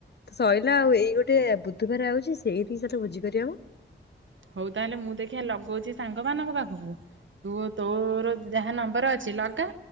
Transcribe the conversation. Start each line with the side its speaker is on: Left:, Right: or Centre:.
Left: ତ ସଇଲା ଆଉ ଏଇ ଗୋଟେ ବୁଧବାର ଆଉଛି ସେଇଠି କଲେ ଭୋଜି କରି‌ହେବ।
Right: ହଉ ତାହେଲେ ମୁଁ ଦେଖିବା ଲଗଉଛି ସାଙ୍ଗମାନଙ୍କ ପାଖକୁ। ତୁ ତୋର ଯାହା ନମ୍ବର ଅଛି ଲଗା।